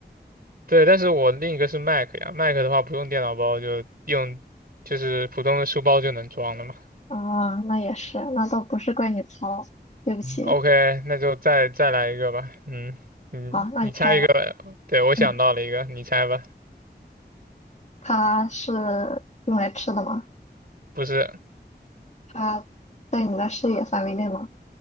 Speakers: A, on the right (about 60°); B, on the left (about 40°).
A: 对，但是我另一个是 Mac 呀，Mac 的话不用电脑包，就用就是普通的书包就能装了嘛。
B: 啊？那也是，那倒不是怪你糙，对不起。
A: OK，那就再再来一个吧。嗯，嗯，
B: 好，那你猜吧。
A: 你猜一个。对，我想到了一个，
B: 嗯，
A: 你猜吧。
B: 它是用来吃的吗？
A: 不是，
B: 它在你的视野范围内吗？